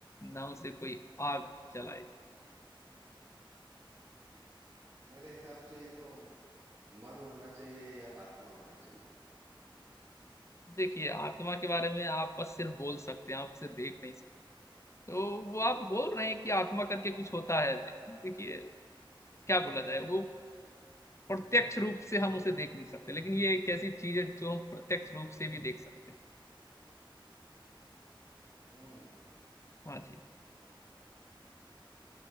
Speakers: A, on the left (about 30°); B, on the right (about 35°).
A: ना उसे कोई आग जलाएगी
B: मेरे हिसाब से ये तो मन होना चाहिए या आत्मा होना चाहिए
A: देखिए आत्मा के बारे में आप बस सिर्फ बोल सकते हैं आप उसे देख नहीं सकते तो वो आप बोल रहे हैं कि आत्मा करके कुछ होता है लेकिन देखिए क्या बोला जाए वो प्रत्यक्ष रूप से हम उसे देख नहीं सकते लेकिन ये एक ऐसी चीज है जो हम प्रत्यक्ष रूप से भी देख सकते हैं
B: हम्म
A: हाँ जी